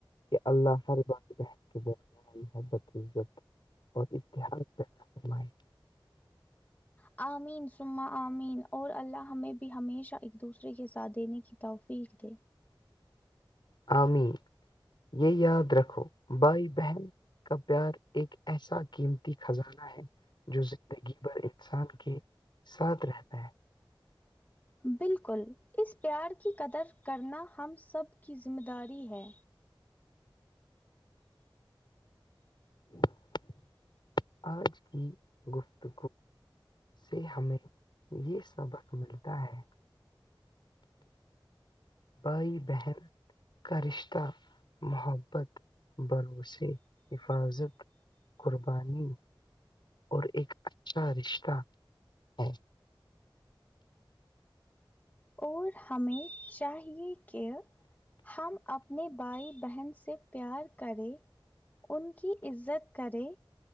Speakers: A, on the left (about 60°); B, on the left (about 20°).
A: کہ اللہر محبت عت اور اتحس پیدا فرمائی
B: آمین سما آمین اور اللہ ہمیں بھی ہمیشہ دوسرے کے ساتھ دی نہیں کیتا فیق د
A: عامیر یہ یاد رکھو بھائی بہن کا پیار ایک ایسا قیمتی خزانہ ہے جو زندگی بھر انسان کے ساتھ رہتا ہے
B: بالکل اس پیار کی قدر کرنا ہم سب کی ذمہ داری ہے
A: <inaudible> آج کی گفت سے ہمیں یہ سبق ملتا ہے بائی بہر کاشتہ محبت بھروسے حفاظت قربانی اور ایک اچھا رشتہ ہے
B: اور ہمیں چاہیے کہ ہم اپنے بھائی بہن سے پیار کرے ان کی عزت کرے